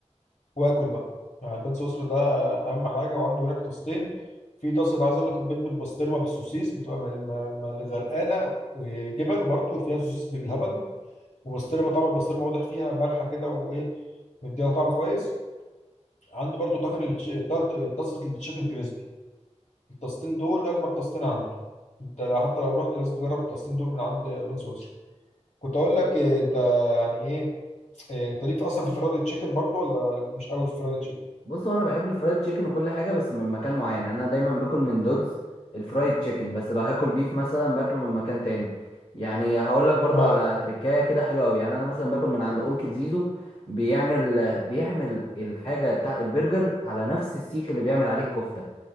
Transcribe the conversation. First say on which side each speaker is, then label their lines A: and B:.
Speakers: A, on the left; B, on the left.
A: واكل بقى يعني البيض سويسرا ده اهم حاجه وعنده هناك طاستين في طاسه عايز اقول لك البيض بالبسطرمه بالسوسيس بتبقى مل- م- مل- غرقانه إيه، جبن برضه وفيها سوسيس بالهبل وبسطرمه طبعا البسطرمه واضح فيها مالحه كده وايه مديها طعم كويس عنده برضه طاجن التش- طا- طاسه التشيكن كريسبي الطاستين دول اجمد طاستين عنده انت لو- حتى لو رحت لازم تجرب الطاستين دول من عند البان سويسرا كنت اقول لك إيه، انت يعني ايه إيه، انت ليك اصلا في فرايد تشيكن برضه ولا مش قوي في فرايد تشيكن
B: بص هو انا بحب الفرايد تشيكن وكل حاجه بس من مكان معين يعني انا دايما باكل من دودز الفرايد تشيكن بس لو هاكل بيف مثلا باكله من مكان تاني يعني هقول لك برضو
A: اه
B: على تركايه كده حلوه قوي يعني انا مثلا باكل من عند اونكل زيزو بيعمل بيعمل الحاجه بتاع البرجر على نفس السيخ اللي بيعمل عليه الكفته